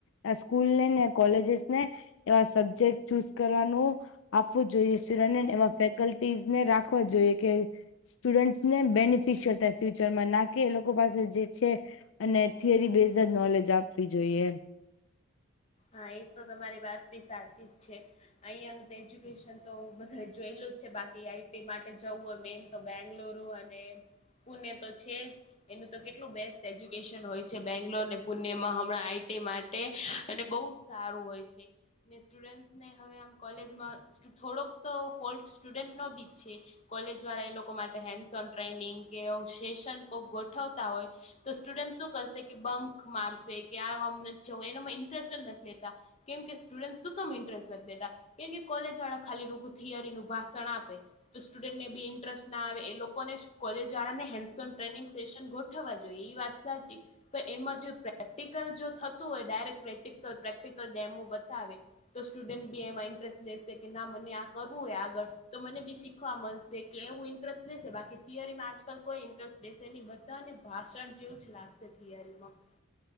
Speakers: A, on the left; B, on the left.
A: આ સ્કૂલ ને ને કોલેજસ ને એવા સબ્જેક્ટ ચૂઝ કરવાનું. આપવું જોઈએ શરાનેને એવા ફેકલ્ટીઝને રાખવા જોઈએ કે. સ્ટુડન્ટસ ને બેનિફિશયલ થાય ફ્યુચરમાં ના કે એ લોકો પાસે જે છે. અને થિયરી બેઝજ નોલેજ આપવી જોઈએ.
B: હા એ તો તમારી વાતબી સાચીજ છે. અહિયાંનું તો એજ્યુકેશન તો બધે જોયેલુંજ છે બાકી આઈટી માટે જવું મે. તો બેંગ્લુરુ અને પુણે તો છેજ. એનું તો કેટલું બેસ્ટ એજ્યુકેશન હોય છે બેંગ્લોર અને પુણેમાં હમણાં આઈટી માટે. અને બહુ સારું હોય છે ને સ્ટુડન્ટ્સ ને હવે આમ કોલેજમાં. થોડો તો ફોલ્ટ સ્ટુડન્ટનો બી છે. કોલેજ વાળા એ લોકો માટે હેન્સ ઓન ટ્રેનિંગ કે સેશન કો ગોઠવતા હોય. તો સ્ટુડન્ટ શું કરશે કે બંક મારશે કે આ એનામાં ઇન્ટરેસ્ટ જ નથી લેતા. કેમ કે સ્ટુડન્ટ સુ કમ ઇન્ટરેસ્ટ નથી લેતા. એમની કે કોલેજ વાળા ખાલી રૂગુ થીયરી નું ભાષણ આપે. તો સ્ટુડન્ટને બી ઇન્ટરેસ્ટના આવે એ લોકોને કોલેજને હેન્ ટ્રેનિંગ સેસન ગો. થવા જો‌ઇએ ઇવાત સાચી પણ એમાં જો પ્રેક્ટિકલ જો થતું હોય ડાયરેક્ટ પ્રે્ટ. ડિકલ પ્રેક્ટિકલ ડેમો બતાવે. તો સ્ટુડન્ટ બી એમાં ઇન્ટરેસ્ટ લેશે કે ના મને આ કરવું હોય આગળ. તો મને બી શીખવા મળશે એટલે એવું ઇન્ટરેસ્ટ લેશે બાકી થીયેરીમાં આજકાલ કોઈ ઇન્ટરેસ્ટ દેશે એની બ. ને ભાષણ જેવુંજ લાગશે થિયરીમાં.